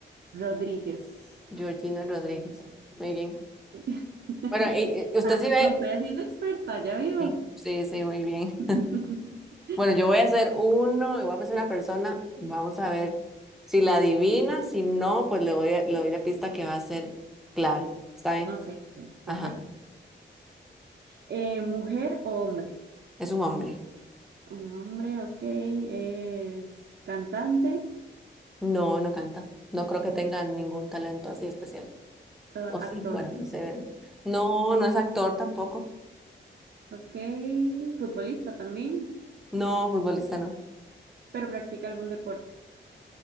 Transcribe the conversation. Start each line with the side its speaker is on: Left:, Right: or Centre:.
Right: Rodríguez.
Centre: Georgina Rodríguez. Muy bien.
Right: Sí. <laughs>
Centre: Bueno, y y usted
Right: Ah,
Centre: sí ve.
Right: me estoy haciendo experta, ya vio.
Centre: Sí, sí, sí, muy bien.
Right: <laughs>
Centre: Bueno, yo voy a hacer uno y voy a pensar una persona. Vamos a ver si la adivina. Si no, pues le voy a- le doy la pista que va a ser clave. ¿Está bien?
Right: Ok, bien, perfecto.
Centre: Ajá.
Right: Eh, ¿mujer o hombre?
Centre: Es un hombre.
Right: Un hombre, ok, es cantante.
Centre: No, no canta. No creo que tenga ningún talento así especial.
Right: Ah,
Centre: O sí,
Right: actor.
Centre: bueno, no sé, ver. No, no es actor tampoco.
Right: Ok. Futbolista también,
Centre: No, futbolista no.
Right: pero practica algún deporte.